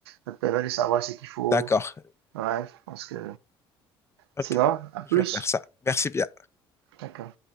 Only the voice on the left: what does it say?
D'accord.
Ok.
Je vais faire ça. Merci bien.